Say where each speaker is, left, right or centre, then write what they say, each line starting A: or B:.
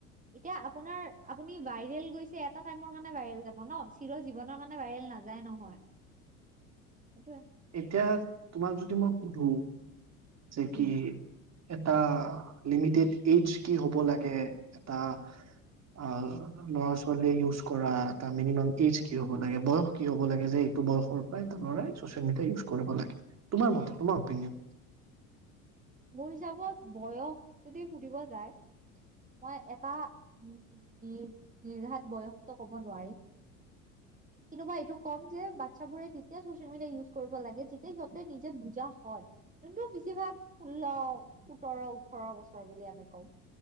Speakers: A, on the right; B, on the right.
A: এতিয়া আপোনাৰ আপুনি ভাইৰেল গৈছে এটা টাইমৰ কাৰণে ভাইৰেল যাব ন চিৰ জীৱনৰ কাৰণে ভাইৰেল নাযায় নহয় সেইটো।
B: এতিয়া তোমাক যদি মই সোধো। যে কি
A: উম
B: এটা লিমিটেড এজ কি হ'ব লাগে এটা অ ল'ৰা ছোৱালীয়ে ইউজ কৰা এটা মিনিমাম এজ কি হ'ব লাগে বয়স কি হ'ব লাগে যে এইটো বয়সৰ পৰা এইটো ল'ৰাই ম ইউজ কৰিব লাগে তোমাৰ মতে তোমাৰ অপিনিয়ন
A: মোৰ হিচাপত বয়স যদি সুধিব যায় মই এটা উ নি নিৰ্ঘাত বয়সটো কব নোৱাৰিম কিন্তু মা এইটো কম যে বাচ্ছাবোৰে তেতিয়া চচিয়েল মিডিয়া ইউজ কৰিব লাগে যেতিয়া সিহঁতে নিজে বুজা হয় যোনটো বেছিভাগ ষোল্ল সোতৰ ওঠৰ বছৰ বুলি আমি কম